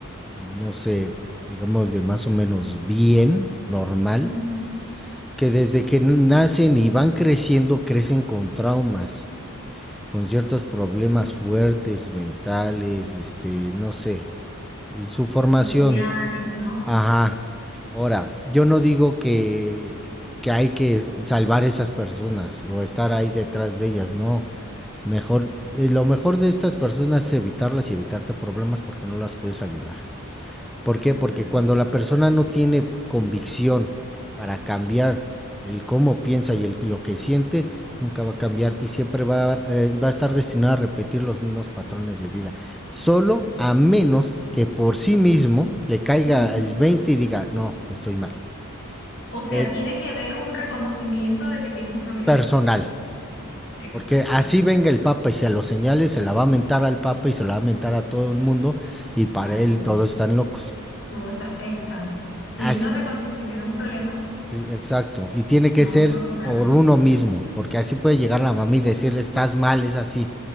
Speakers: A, in the centre; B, on the left.
A: no sé, digamos de más o menos bien, normal,
B: Ujú.
A: que desde que nacen y van creciendo, crecen con traumas. con ciertos problemas fuertes, mentales, este, no sé, su formación.
B: Familiares, ¿no?
A: Ajá. Ahora, yo no digo que, que hay que es- salvar esas personas o estar ahí detrás de ellas, no. Mejor, eh, lo mejor de estas personas es evitarlas y evitarte problemas porque no las puedes ayudar. ¿Por qué?
B: No
A: Porque
B: sé.
A: cuando la persona no tiene convicción para cambiar el cómo piensa y el, lo que siente, nunca va a cambiar y siempre va a, eh, va a estar destinado a repetir los mismos patrones de vida. Solo a menos que por sí mismo le caiga
B: Ujú, ujú.
A: el 20 y diga, no, estoy mal.
B: O sea,
A: Eh,
B: tiene que haber un reconocimiento de que tiene un problema.
A: personal.
B: Exactamente.
A: Porque así venga el Papa y se lo señale, se la va a mentar al Papa y se la va a mentar a todo el mundo y para
B: Así
A: él
B: es.
A: todos están locos.
B: Todo está... Exacto. Si
A: Así,
B: él no reconoce que tiene un problema,
A: Sí, exacto. Y tiene
B: no
A: que ser
B: se va a curar
A: por
B: nunca.
A: uno mismo, porque así puede llegar la mamá y decirle, estás mal, es así.